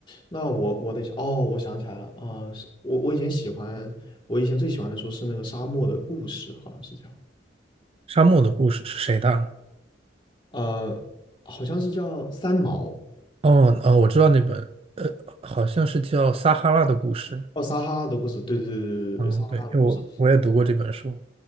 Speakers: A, on the left; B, on the right.
A: 那我我得想哦，我想起来了啊，是我我以前喜欢我以前最喜欢的书是那个《沙漠的故事》，好像是叫
B: 《沙漠的故事》是谁的啊？
A: 呃，好像是叫三毛
B: 哦，哦，我知道那本，呃，好像是叫《撒哈拉的故事》。
A: 哦，撒哈拉的故事，对对对对对对，
B: 嗯，
A: 撒哈拉的故事，
B: 对，因为我我也读过这本书。